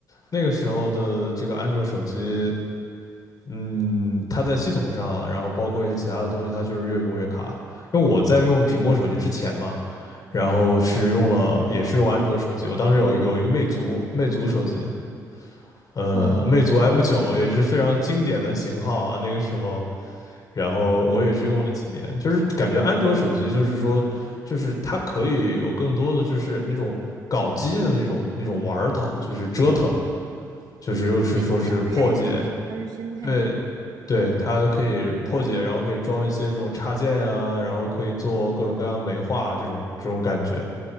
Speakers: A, on the left (about 55°); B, on the right (about 65°).
A: 那个时候的这个安卓手机，嗯，它在系统上，然后包括一些其他的东西，它就是越用越卡。因为我在用苹果手机之前嘛，然后是用了也是用安卓手机，
B: 嗯，
A: 我当时有有一个魅族魅族手机，呃，
B: 哦，
A: 魅族 M 九也是非常经典的型号啊，那个时候，然后我也是用了几年，
B: 嗯，
A: 就是感觉安卓手机就是说，就是它可以有更多的就是那种搞机的那种那种玩儿头，就是折腾，就是又是说是破解，
B: 因为它比较开发的生态。
A: 对对，它可以破解，然后可以装一些这种插件啊，然后可以做各种各样的美化这种这种感觉，